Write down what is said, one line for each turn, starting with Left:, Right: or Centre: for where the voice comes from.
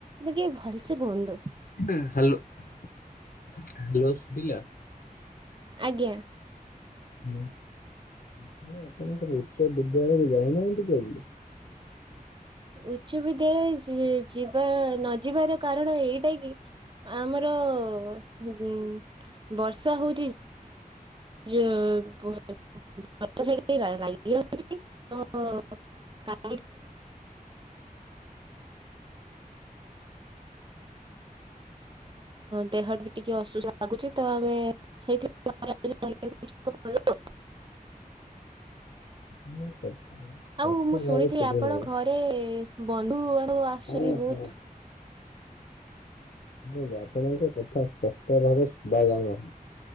Right: ବାକି ଭଲସେ କୁହନ୍ତୁ।
Left: <unintelligible> ହାଲୋ ଏବେ ଶୁବିଲା?
Right: ଆଜ୍ଞା।
Left: ହାଲୋ ଆପଣ ଆପଣଙ୍କର ଉଚ୍ଚ ବିଦ୍ୟାଳୟକୁ ଯାଇନାହାନ୍ତି କି ଆଜି?
Right: ଉଚ୍ଚ ବିଦ୍ୟାଳୟ ଯି-ଯିବା ନ ଯିବାର କାରଣ ଏଇଟା କି ଆମର ଉଁ ବର୍ଷା ହଉଚି <unintelligible> ତ କା <unintelligible> ତ ଦେହଟା ଟିକେ ଅସୁସ୍ଥ ଲାଗୁଛି ତ ଆମେ ସେଇଥି <unintelligible>
Left: ମୋ କଥା ସ୍ପଷ୍ଟ
Right: ଆଉ ମୁଁ ଶୁଣିଥିଲି
Left: ଭାବେ ଶୁଭୁନାହିଁ।
Right: ଆପଣଙ୍କ ଘରେ ବନ୍ଧୁ ବାନ୍ଧବ ଆସଛନ୍ତି
Left: ଶୁଣ
Right: ବହୁତ୍?
Left: ଶୁଣ <unintelligible> ଆପଣଙ୍କ କଥା ପଷ୍ଟ ଭାବେ ଶୁଭା ଯାଉନାହିଁ।